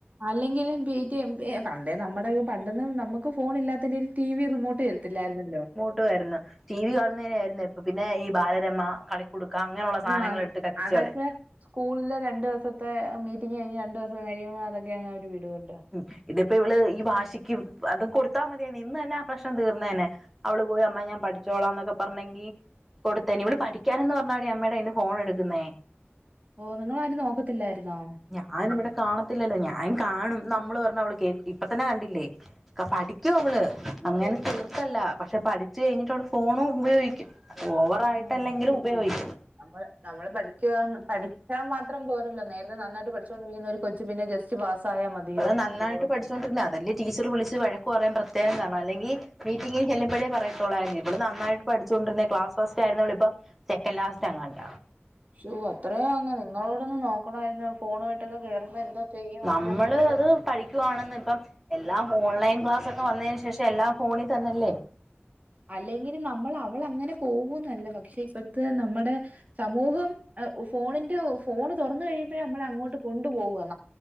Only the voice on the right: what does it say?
അല്ലെങ്കിലും പിടി എ പണ്ടേ നമ്മുടെ പണ്ടെന്ന് നമ്മക്ക് ഫോൺല്ലാത്തിന്റെ ഒര് ടി വി റിമോട്ട് തരത്തില്ലാര്ന്നല്ലോ
ആഹ്
അതൊക്കെ
സ്കൂളിലെ രണ്ട് ദിവസത്തെ മീറ്റിംഗ് കഴിഞ് രണ്ടു ദിവസം കഴിയുമ്പോ അതൊക്കങ്ങ് അവര് വിടുവല്ലോ
ഓ നിങ്ങളാരും നോക്കത്തില്ലാര്ന്നോ
ആഹ്
നമ്മള് നമ്മള് പഠിക്കുക പഠിച്ചാൽ മാത്രം പോരല്ലോ നേരത്തെ നന്നായിട്ട് പഠിച്ചുകൊണ്ടിരിക്കുന്ന ഒരു കൊച്ച ച്ച് പിന്നെ ജസ്റ്റ് പാസായ മതി
ഷോ അത്രയോ അങ് നിങ്ങളോടൊന്ന് നോക്കണമായിരുന്നു. ഫോണുമായിട്ടൊക്കെ കേറുമ്പോ എന്തോ ചെയ്യുവാന്ന്
നമ്മുടെ ഇപ്പത്തെ
അല്ലെങ്കിൽ നമ്മൾ അവളങ്ങനെ പോകുന്നല്ല പക്ഷെ ഇപ്പടുത്തെ നമ്മുടെ സമൂഹം ഫോണിന്റെ ഫോണ് തുറന്നു കഴിയുമ്പോഴേ നമ്മള അങ്ങോട്ട് കൊണ്ടു പോവ